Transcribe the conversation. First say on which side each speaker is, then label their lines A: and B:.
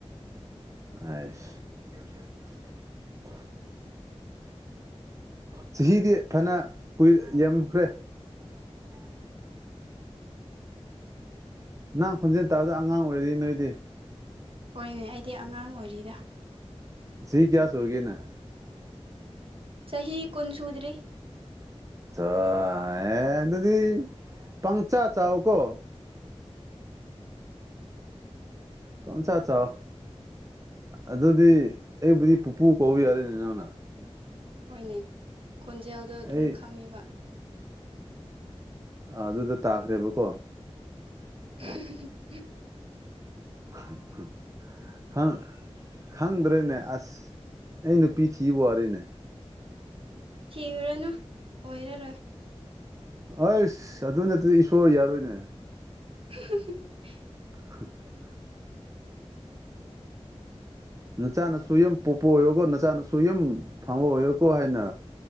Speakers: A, on the right; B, on the right.
A: ꯑꯁ ꯆꯍꯤꯗꯤ ꯐꯅ ꯀꯨꯏ ꯌꯥꯝꯈ꯭ꯔꯦ ꯑꯗꯨ ꯃꯌꯥꯝ ꯍꯪ ꯈꯣꯟꯖꯦꯜ ꯇꯥꯕꯗ ꯑꯉꯥꯡ ꯑꯣꯏꯔꯤ ꯅꯣꯏꯗꯤ
B: ꯍꯣꯏꯅꯦ ꯑꯩꯗꯤ ꯑꯉꯥꯡ ꯑꯣꯏꯔꯤꯗ
A: ꯆꯍꯤ ꯀꯌꯥ ꯁꯨꯔꯒꯦ ꯅꯪ
B: ꯆꯍꯤ ꯀꯨꯟ ꯁꯨꯗꯔꯤ
A: ꯑ ꯑꯦ ꯑꯗꯨꯗꯤ ꯄꯪꯆꯥ ꯆꯥꯎ ꯀꯣ ꯄ ꯆ ꯆ ꯑꯗꯨꯗꯤ ꯑꯩꯕꯨꯗꯤ ꯄꯨꯄꯨ ꯀꯧꯕ ꯌꯥꯔꯦꯅꯤ ꯅꯎꯅ
B: ꯍꯣꯏꯅꯦ ꯈꯣꯟꯖꯦꯜꯗꯣ ꯑꯗꯨꯝ
A: ꯑꯩ
B: ꯈꯪꯉꯦꯕ
A: ꯑ ꯑꯗꯨꯗ ꯇꯥꯈ꯭ꯔꯦꯕꯀꯣ
B: <unintelligible>
A: <inaudible> ꯍꯥ ꯈꯪꯗ꯭ꯔꯦꯅꯦ ꯑꯁ ꯑꯩ ꯅꯨꯄꯤ ꯊꯤꯋꯥꯔꯦꯅꯦ
B: ꯊꯤꯔꯨꯔꯅꯨ ꯑꯣꯏꯔꯔꯣꯏ
A: ꯑꯁ ꯑꯗꯨ ꯅꯠꯇꯗꯤ ꯏꯁꯣꯔ ꯌꯥꯔꯣꯏꯅꯦ
B: <unintelligible>
A: <unintelligible> ꯅꯆꯥꯅꯁꯨ ꯌꯨꯝ ꯄꯣꯛꯄ ꯑꯣꯏꯔꯣꯀꯣ ꯅꯆꯥꯅꯁꯨ ꯌꯨꯝ ꯐꯥꯡꯕ ꯑꯣꯏꯌꯣꯀꯣ ꯍꯥꯏꯅ